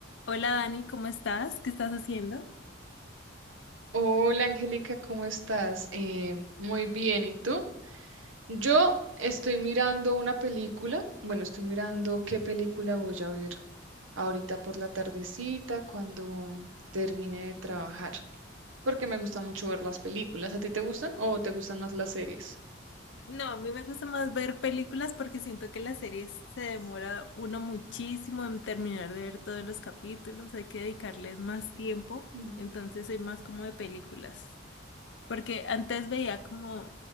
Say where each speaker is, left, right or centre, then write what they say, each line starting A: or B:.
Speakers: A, on the left; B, on the right.
A: Hola Dani, ¿cómo estás? ¿Qué estás haciendo?
B: Hola Angélica, ¿cómo estás? Eh, muy bien, ¿y tú? Yo estoy mirando una película, bueno, estoy mirando qué película voy a ver ahorita por la tardecita cuando termine de trabajar, porque me gusta mucho ver las películas. ¿A ti te gustan o te gustan más las series?
A: No, a mí me gusta más ver películas porque siento que las series se demora uno muchísimo en terminar de ver todos los capítulos, hay que dedicarles más tiempo,
B: Mm.
A: entonces soy más como de películas. Porque antes veía como